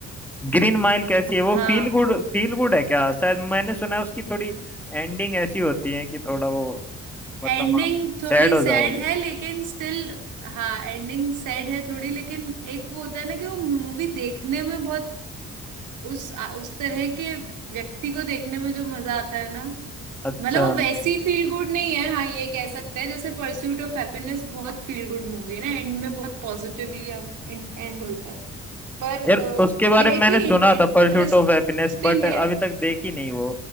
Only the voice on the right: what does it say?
हाँ
एंडिंग
थोड़ी
सैड
है लेकिन स्टिल हाँ एंडिंग सैड है थोड़ी लेकिन एक वो होता है ना कि वो मूवी देखने में बहुत उस आ, उस तरह के व्यक्ति को देखने में जो मजा आता है ना
मतलब वो वैसी फील गुड नहीं है हाँ ये कह सकते हैं जैसे परस्यूट ऑफ हैप्पीनेस बहुत फील गुड मूवी है ना एंड में बहुत पॉजिटिवली एंड होता है पर अ,
ये
है
कि इंटरेस्टिंग
है